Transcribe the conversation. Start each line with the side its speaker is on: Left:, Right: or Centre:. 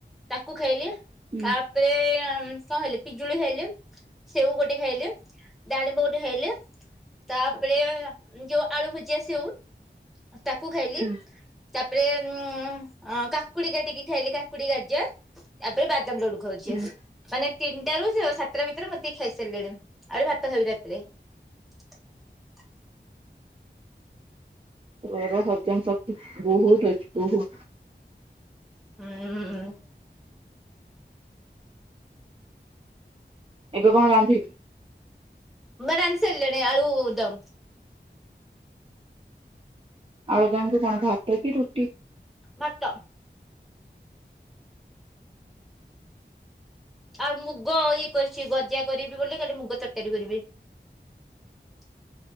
Centre: ତାକୁ ଖାଇଲି
Right: ଆଉ।
Centre: ତାପରେ କଣ ଖାଇଲି ପିଜୁଳି ଖାଇଲି ସେଉ ଗୋଟେ ଖାଇଲି ଡାଳିମ୍ବ ଗଟେ ଖାଇଲି ତାପରେ ଯୋଉ ଆଳୁ ଭୁଜିଆ ସଉ ତାକୁ ଖାଇଲି।
Right: ହୁଁ
Centre: ତାପରେ ଉଁ କାକୁଡି କାଟିକି ଖାଇଲି କାକୁଡି ଗାଜର ତାପରେ ବାଦାମ ଲଡୁ ଖାଉଛି
Right: ହୁଁ
Centre: ମାନେ ତିନିଟା ର ସାତଟା ଭିତରେ ମତେ ଖାଇସାରିଲେଣି ଆହୁରି ଭାତ ଖାଇବି ରାତିରେ। <unintelligible>
Right: ତୋର ହଜମ ଶକ୍ତି ବହୁତ ଅଛି ବହୁତୁ
Centre: ହୁଁ ହଁ।
Right: ଏବେ କଣ ରାନ୍ଧିବୁ
Centre: ମା ରାଧିସାରିଲେଣି ଆଳୁ ଦମ୍।
Right: ଆଳୁ ଦମ କୁ କଣ ଭାତ କି ରୁଟି
Centre: ଭାତ ଆଉ ମୁଗ ଇଏ କରିଛି ଗଜା କରିବି ବୋଲି କାଲି ମୁଗ ତରକାରୀ କରିବି। <unintelligible>